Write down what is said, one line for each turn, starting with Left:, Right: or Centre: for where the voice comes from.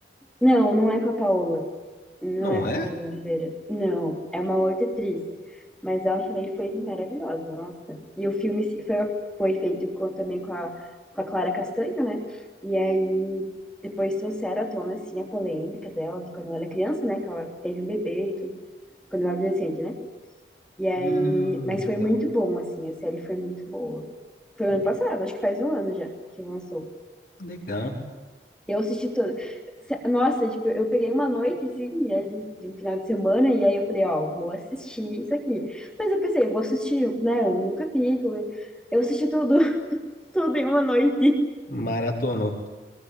Centre: Não, não é com a Paola. Não
Left: Não
Centre: é com
Left: é?
Centre: a Paola Oliveira. Não, é uma outra atriz. Mas ela também foi maravilhosa, nossa. E o filme se- foi, foi feito co- também com a, com a Clara Castanho, né? E aí depois trouxeram à tona, assim, a polêmica dela de quando ela era criança, né? Que ela teve um bebê e tudo. Quando ela era adolescente, né? E aí,
Left: Hum,
Centre: mas foi
Left: legal.
Centre: muito bom, assim, a série foi muito boa. Foi
Left: Le-
Centre: o ano passado, acho que faz um ano já que lançou.
Left: Legal.
Centre: Eu assisti toda. Se- Nossa, tipo, eu peguei uma noite, assim, né, de, de um final de semana, e aí eu falei, ó, vou assistir isso aqui. Mas eu pensei, eu vou assistir, né, um capítulo. Eu assisti tudo, <laughs> tudo em uma noite.
Left: Maratonou.